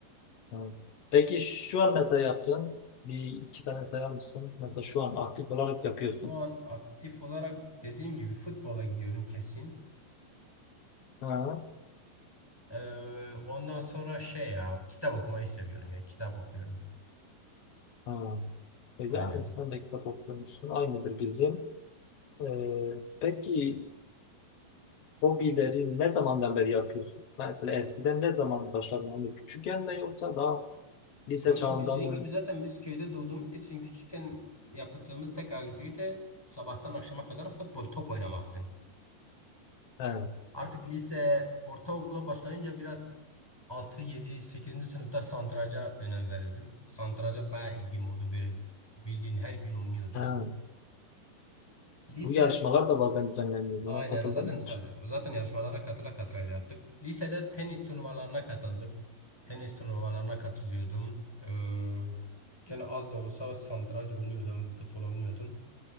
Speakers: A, on the left (about 60°); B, in the centre.
A: ha. Peki şu an mesela yaptığın bir iki tane sayar mısın? Mesela şu an aktif olarak yapıyorsun.
B: Şu an aktif olarak dediğim gibi futbola gidiyorum kesin.
A: Ha,
B: Ee, ondan sonra şey ya kitap okumayı seviyorum ya kitap okuyorum.
A: ha. E
B: Aynen.
A: yani sen de kitap okumuşsun. Aynıdır bizim. Ee, peki hobileri ne zamandan beri yapıyorsun? Mesela eskiden ne zaman başladın? Hani küçükken mi yoksa daha lise
B: Kanka
A: çağında
B: bildiğin
A: mı?
B: gibi zaten biz köyde doğduğumuz için küçükken yaptığımız tek aktivite sabahtan akşama kadar futbol top oynamaktı.
A: He,
B: Artık lise ortaokula başlayınca biraz 6 7 sekizinci sınıfta satranca önem verirdim. Satranca bayağı ilgim oldu böyle bildiğin her gün oynuyordum.
A: he.
B: Lise
A: Bu yarışmalar da bazen düzenleniyor.
B: Aynen
A: Buna katıldın
B: zaten
A: mı hiç?
B: ta- zaten yarışmalara katıla katıla yaptık. Lisede tenis turnuvalarına katıldık. Tenis turnuvalarına katılıyordum. Ee, gene az da olsa satranç oynuyordum, futbol oynuyordum.